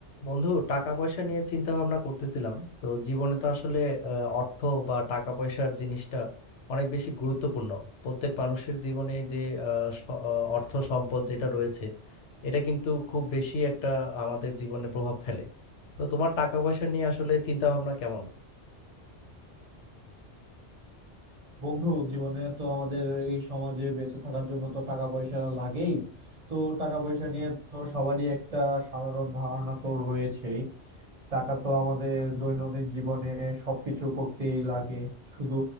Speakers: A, on the left; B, on the right.
A: বন্ধু টাকা পয়সা নিয়ে চিন্তা ভাবনা করতেছিলাম তো জীবনে তো আসলে আহ, অর্থ বা টাকা পয়সার জিনিসটা অনেক বেশি গুরুত্বপূর্ণ প্রত্যেক মানুষের জীবনে যে আহ, স- আহ, অর্থ সম্পদ যেটা রয়েছে এটা কিন্তু খুব বেশি একটা আমাদের জীবনে প্রভাব ফেলে তো তোমার টাকা পয়সা নিয়ে আসলে চিন্তা ভাবনা কেমন
B: বন্ধু জীবনে তো আমাদের এই সমাজে বেঁচে থাকার জন্য তো টাকা পয়সা লাগেই তো টাকা পয়সা নিয়ে তো সবারই একটা সাধারণ ধারণা তো রয়েছেই টাকা তো আমাদের দৈনন্দিন জীবনে সবকিছু করতেই লাগে শুধু